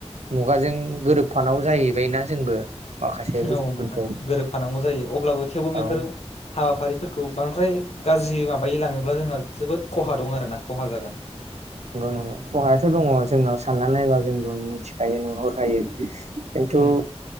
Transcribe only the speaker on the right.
मुगाजों गोरोबफानांगौ जाहैबायना जोंबो माखासे बुस्थुफोरखौ
औ
नंगौ नंगौ खहायाथ' दङ जोंनाव साननानै नायबा जोंबो मिथिखायो नुहरखायो। खिन्थु